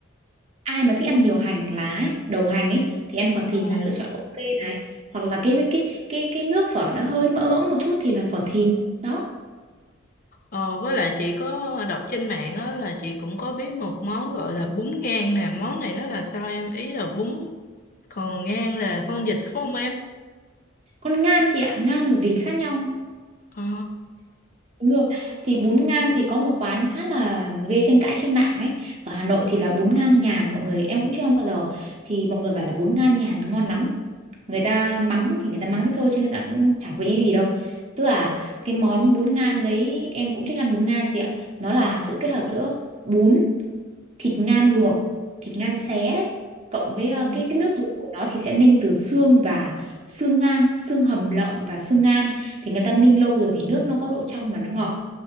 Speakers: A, on the right; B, on the left.
A: ai mà thích ăn nhiều hành lá ấy, đầu hành ấy thì ăn phở thìn
B: Ờ,
A: là lựa chọn ok này hoặc là cái cái cái cái nước phở nó hơi mỡ mỡ một chút thì là phở thìn đó
B: Ờ, với lại chị có đọc trên mạng á là chị cũng có biết một món gọi là bún ngan nè. Món này nó là sao em? Ý là bún còn ngan là con vịt phải không em?
A: còn ngan thì ạ ngan và vịt khác nhau
B: Ờ.
A: đúng rồi thì bún ngan thì có một quán khá là gây tranh cãi trên mạng ấy ở Hà Nội thì là bún ngan nhàn mọi người em cũng chưa ăn bao giờ thì mọi người bảo là bún ngan nhàn ngon lắm người ta mắng thì người ta mắng thế thôi chứ người ta cũng chẳng có ý gì đâu tức là cái món bún ngan đấy em cũng thích ăn bún ngan chị ạ nó là sự kết hợp giữa bún thịt ngan luộc thịt ngan xé đấy cộng với ờ,
B: Ờ.
A: cái cái nước dùng của nó thì sẽ ninh từ xương và xương ngan xương hầm lợn và xương ngan thì người ta ninh lâu rồi thì nước nó có độ trong mà nó ngọt